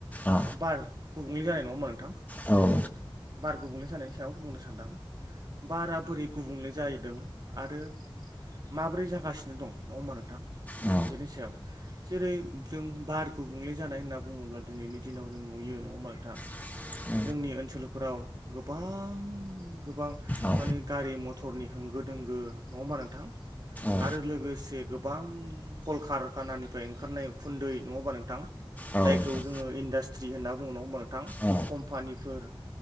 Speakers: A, on the left; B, on the right.
A: औ
B: बार गुबुंले जानाय नङा होनबा नों-
A: औ
B: बार गुबुंले जानायनि सायाव बुंनो सानदों बारा बोरै गुबुंले जाहैदों आरो माब्रै जागासिनो दं नङा होनबा नोंथां
A: औ
B: बेनि सायाव जेरै जों बार गुबुंले जानाय होनना बुङोब्ला दिनैनि दिनाव जों नुयो नङा होनबा नोंथां
A: <inaudible>
B: जोंनि ओनसोलफोराव गोबां गोबां
A: औ
B: माने गारि मथरनि होंगो दोंगो नङा होमबा नोंथां
A: औ
B: आरो लोगोसे गोबां कल-कारखानानिफ्राय ओंखारनाय उखुनदै नङा होनबा नोंथां
A: नोंथां औ नोंथां औ
B: जायखौ
A: नोंथां
B: जोङो इन्डास्ट्रि होनना बुङो नङा होनबा नोंथां
A: औ
B: कम्पानिफोर